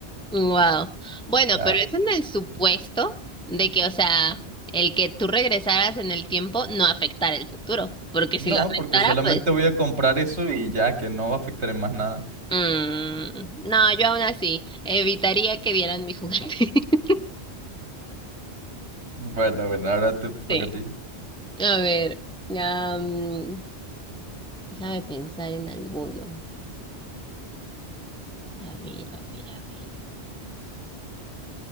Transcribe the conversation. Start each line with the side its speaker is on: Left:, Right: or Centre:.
Centre: Wow. Bueno,
Right: O sea,
Centre: pero es en el supuesto de que, o sea, el que tú regresaras en el tiempo no afectara el futuro, porque
Right: no,
Centre: si lo afectara,
Right: porque solamente
Centre: pues,
Right: voy a comprar eso y ya, que no va a afectar en más nada.
Centre: mm, no, yo aún así evitaría que dieran mi juguete. <laughs>
Right: Bueno, bueno, ahora te toca
Centre: Sí.
Right: a ti.
Centre: A ver, ya, mm, déjame pensar en alguno. A ver, a ver, a ver.